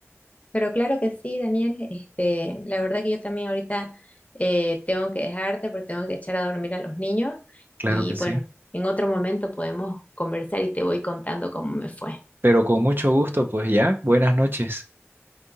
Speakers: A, on the left (about 30°); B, on the right (about 45°).
A: Pero claro que sí, Daniel, este, la verdad que yo también ahorita eh, tengo que dejarte porque tengo que echar a dormir a los niños
B: Claro
A: y
B: que sí.
A: bueno, en otro momento podemos conversar y te voy contando cómo me fue.
B: Pero con mucho gusto, pues ya, buenas noches.